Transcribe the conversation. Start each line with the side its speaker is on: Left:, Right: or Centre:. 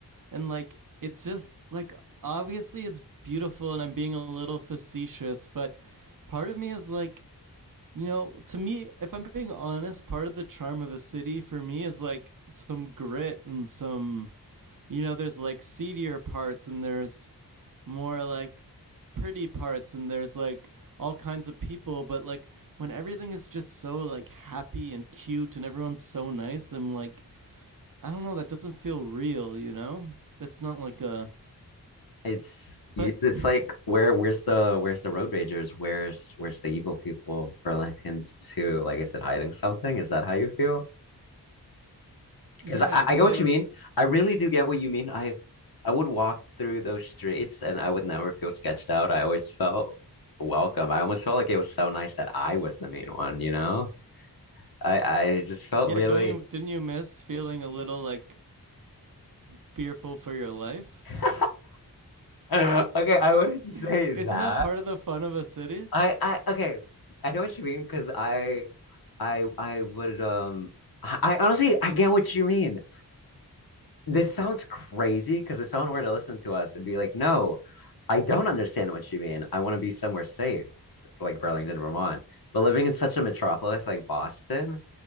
Right: and like it's just like obviously it's beautiful, and I'm being a little facetious, but part of me is like You know, to me, if I'm being honest, part of the charm of a city for me is like some grit and some, you know, there's like seedier parts and there's more like pretty parts and there's like all kinds of people. But like when everything is just so like happy and cute and everyone's so nice, I'm like, I don't know, that doesn't feel real, you know? That's not like a,
Left: It's
Right: but
Left: it's
Right: <sighs>
Left: like where where's the where's the road ragers? Where's where's the evil people? Burlington's too. Like, is it hiding something? Is that how you feel?
Right: yeah,
Left: Because I,
Right: it's
Left: I get
Right: like,
Left: what you mean. I really do get what you mean. I I would walk through those streets and I would never feel sketched out. I always felt welcome. I almost felt like it was so nice that I was the main one, you know? I I just felt
Right: yeah,
Left: really
Right: don't you, didn't you miss feeling a little like, fearful for your life?
Left: <laughs> Okay, I wouldn't
Right: <laughs>
Left: say that.
Right: Isn't that part of the fun of a city?
Left: I I okay, I know what you mean because I I I would um I, I honestly I get what you mean. this sounds crazy because if someone were to listen to us, it'd be like, no, I don't understand what you mean. I want to be somewhere safe, like Burlington, Vermont. But living in such a metropolis like Boston,